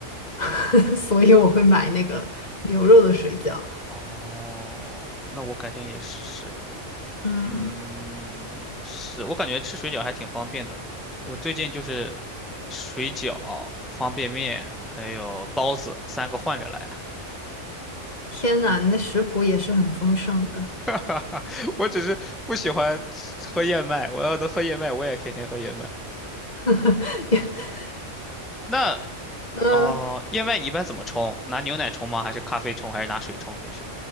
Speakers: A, on the left; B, in the centre.
A: <laughs> 所以我会买那个牛肉的水饺。
B: 哦，那我改天也试试。
A: 嗯，
B: 嗯，是我感觉吃水饺还挺方便的。我最近就是水饺、方便面还有包子三个换着来。
A: 天呐，你的食谱也是很丰盛的。
B: <laughs> 我只是不喜欢吃喝燕麦，我要能喝燕麦，我也天天喝燕麦。
A: <laughs>
B: 那
A: 嗯
B: 哦、呃燕麦你一般怎么冲？拿牛奶冲吗？还是咖啡冲？还是拿水冲？就是